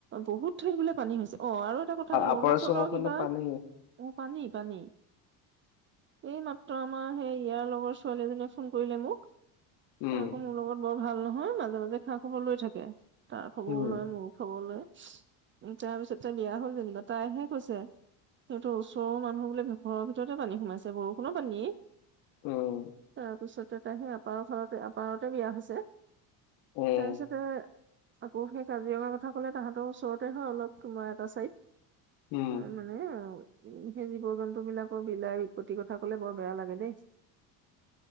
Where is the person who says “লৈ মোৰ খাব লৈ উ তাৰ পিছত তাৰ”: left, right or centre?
Right